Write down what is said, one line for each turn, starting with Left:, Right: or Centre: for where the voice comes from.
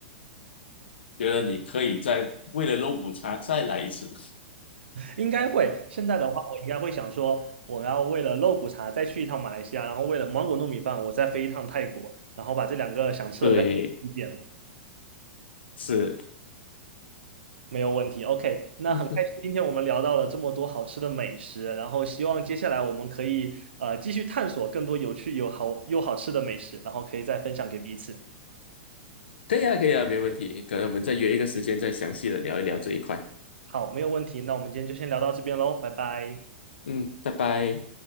Left: 觉得你可以再为了肉骨茶再来一次。
Right: 应该会。现在的话，我应该会想说，我们要为了肉骨茶再去一趟马来西亚，然后为了芒果糯米饭，我再飞一趟泰国，然后把这两个想吃的再
Left: 对，
Right: 点，
Left: 是，
Right: 没有问题。OK，那很开心，
Left: 嗯哼，
Right: 今天我们聊到了这么多好吃的美食，然后希望接下来我们可以呃继续探索更多有趣、有好又好吃的美食，然后可以再分享给彼此。
Left: 可以啊，可以啊，没问题。可能我们再约一个时间，再详细的聊一聊这一块。
Right: 好，没有问题。那我们今天就先聊到这边喽，拜拜。
Left: 嗯，拜拜。